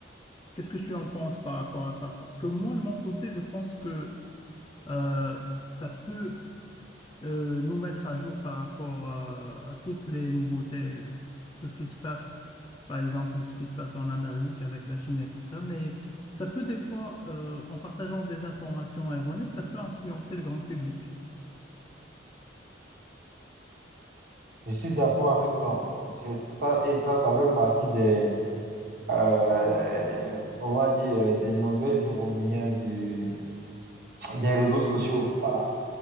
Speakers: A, on the left; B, on the right.
A: qu'est-ce que tu en penses par rapport à ça? Parce que moi de mon côté je pense que euh, ça peut euh, nous mettre à jour par rapport euh, à toutes les nouveautés, euh, tout ce qui se passe, par exemple, ce qui se passe en Amérique avec la Chine et tout ça. Mais ça peut des fois, euh, en partageant des informations erronées, ça peut influencer le grand public.
B: je suis d'accord avec toi. Je- ça- et ça, ça fait partie des, euh, on va dire, euh, des nombreux inconvénients du- des réseaux sociaux. Voilà.